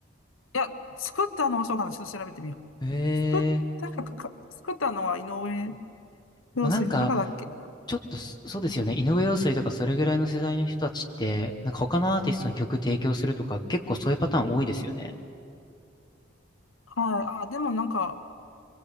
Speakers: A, on the left; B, on the left.
A: や、作ったのはそうかな、ちょっと調べてみよう。
B: ええ
A: 作っ、確か、か作ったのは井上陽水って中だっけな。
B: まあ、なんか、ちょっとそそうですよね。井上陽水とかそれぐらいの世代の人たちって、なんか他のアーティストに曲提供するとか、結構そういうパターン多いですよね。
A: はい。あ、でもなんか、